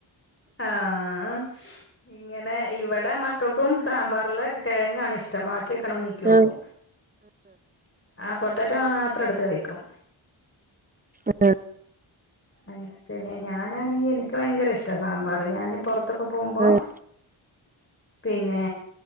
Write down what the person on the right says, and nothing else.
ആഹ്
ആഹ്.
ആഹ്